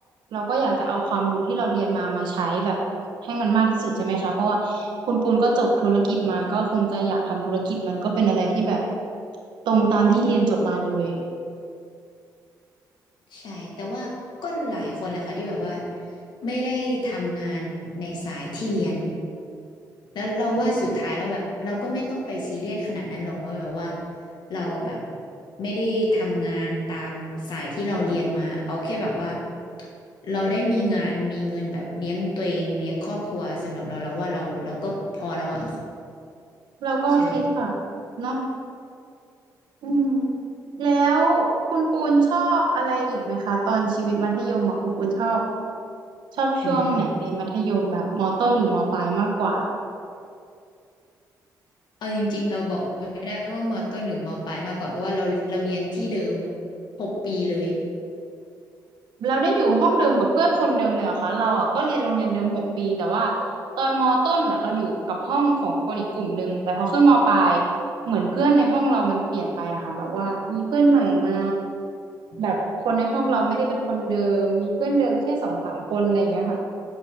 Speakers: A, on the right; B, on the left.
A: เราก็อยากจะเอาความรู้ที่เราเรียนมามาใช้แบบให้มันมากที่สุดใช่ไหมคะเพราะว่าคุณปูนก็จบธุรกิจมาก็คงจะอยากทำธุรกิจมันก็เป็นอะไรที่แบบตรงตามที่เรียนจบมาเลย
B: ใช่แต่ว่าก็หลายคนแหละค่ะที่แบบว่าไม่ได้ทำงานในสายที่เรียน แล้วเราว่าสุดท้ายเราแบบเราก็ไม่ต้องไปซีเรียสขนาดนั้นหรอกว่าแบบว่า
A: อืม
B: เราแบบไม่ได้ทำงานตามสายที่เราเรียนมาเอาแค่แบบว่าเราได้มีงานมีเงินแบบเลี้ยงตัวเองเลี้ยงครอบครัวสำหรับเราเราว่าเราเราก็พอแล้วอะ
A: เราก็คิดค่ะ
B: ใช่
A: เนาะ อืมแล้วคุณปูนชอบอะไรอีกไหมคะตอนชีวิตมัธยมอ่ะคุณปูนชอบชอบช่วงไหนในมัธยมแบบมต้นหรือมปลายมากกว่า
B: อืมเอาจริงๆเราบอกไม่ได้ว่ามอต้นหรือมอปลายมากกว่าเพราะว่าเราเราเรียนที่เดิมหกปีเลย
A: เราได้อยู่ห้องเดิมกับเพื่อนคนเดิมเลยเหรอคะเราอ่ะก็เรียนโรงเรียนเดิมหกปีแต่ว่าตอนมต้นอ่ะเราอยู่กับห้องของคนอีกกลุ่มหนึ่งแต่พอขึ้นมปลายเหมือนเพื่อนในห้องเรามันเปลี่ยนไปอะค่ะแบบว่ามีเพื่อนใหม่มา
B: อ๋อ
A: แบบคนในห้องเราไม่ได้เป็นคนเดิมมีเพื่อนเดิมแค่สองสามคนอะไรอย่างเงี้ยค่ะ